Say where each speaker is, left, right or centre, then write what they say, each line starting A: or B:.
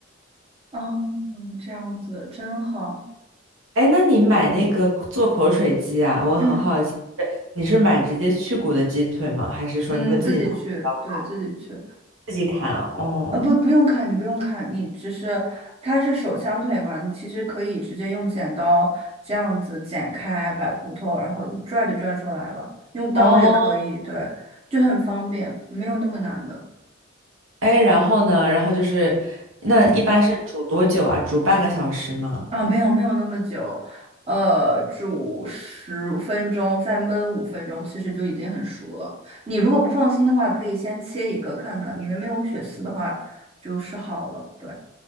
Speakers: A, on the right; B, on the right.
A: 嗯，这样子真好，
B: 哎，那你买那个做口水鸡啊？我很好奇，
A: 嗯
B: 你是买直接去骨的鸡腿吗？还是说你会自己拿呃
A: 嗯，自己去，对自己去。
B: 自己砍啊哦
A: 啊，不，不用看，你不用看，你只是它是手枪腿嘛，你其实可以直接用剪刀这样子剪开，把骨头然后一拽就拽出来了，用刀也可以，
B: 哦，
A: 对，就很方便，没有那么难的。
B: 哎，然后呢？然后就是，那一般是煮多久啊？
A: 嗯，
B: 煮半个小时吗？
A: 啊，没有没有那么久，呃，煮十分钟，再焖五分钟，其实就已经很熟了。你如果不放心的话，可以先切一个看看，里面没有血丝的话，就是好了。对，